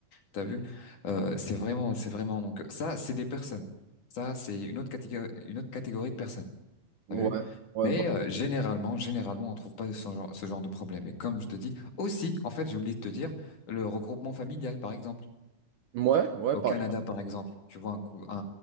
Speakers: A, on the left; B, on the right.
A: T'as vu? Euh, c'est vraiment, c'est vraiment. Donc ça, c'est des personnes. Ça, c'est une autre catégorie, une autre catégorie de personnes.
B: Ouais,
A: T'as vu?
B: ouais,
A: Mais
B: bah,
A: euh, généralement, généralement, on trouve pas ce genre, ce genre de problème. Et comme je te dis, aussi, en fait, j'ai oublié de te dire, le regroupement familial, par exemple.
B: ouais, ouais,
A: Au
B: pareil.
A: Canada, par exemple, tu vois un coup, un,